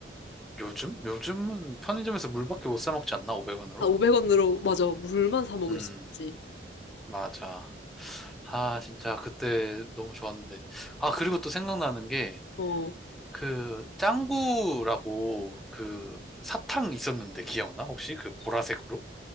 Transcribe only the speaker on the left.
아, 500원으로, 맞아. 물만 사 먹을
수 있지.
어.